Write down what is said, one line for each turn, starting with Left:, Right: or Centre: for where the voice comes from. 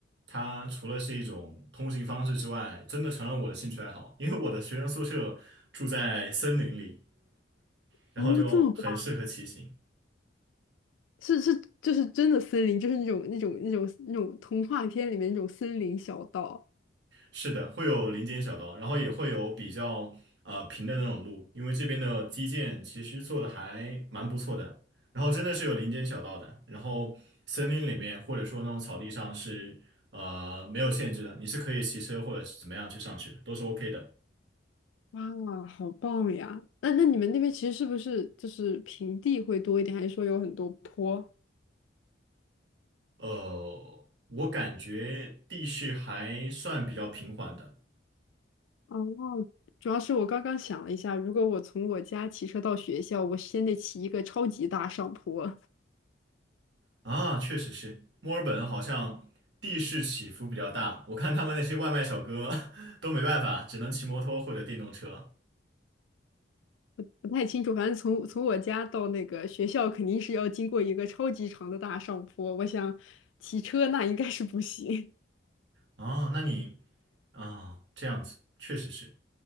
Right: 它除了是一种通行方式之外，真的成了我的兴趣爱好，因为我的学生宿舍住在森林里。然后就很适合骑行。
Left: 哦，这么棒，是是，就是真的森林，就是那种那种那种那种童话片里面那种森林小道。
Right: 是的，会有林间小道，然后也会有比较呃平的那种路，因为这边的基建其实做的还蛮不错的。然后真的是有林间小道的，然后森林里面或者说那种草地上是呃没有限制的，你是可以骑车或者是怎么样去上去的，都是 OK 的。
Left: 哇，好棒呀！那那你们那边其实是不是就是平地会多一点，还是说有很多坡？
Right: 呃，我感觉地势还算比较平缓的。
Left: 哦，主要是我刚刚想了一下，如果我从我家骑车到学校，我先得骑一个超级大上坡，
Right: 啊，确实是，墨尔本好像地势起伏比较大，我看他们那些外卖小哥 <laughs> 都没办法，只能骑摩托或者电动车。
Left: 不太清楚。反正从从我家到那个学校，肯定是要经过一个超级长的大上坡。我想骑车那应该是不行，
Right: 哦，那你啊，这样子确实是。